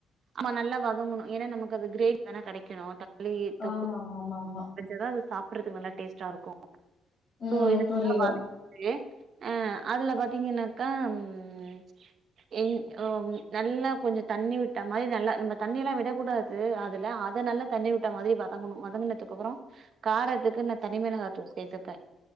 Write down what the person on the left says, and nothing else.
ஆமா ஆமா ஆமா ஆமா
ம்
புரியுது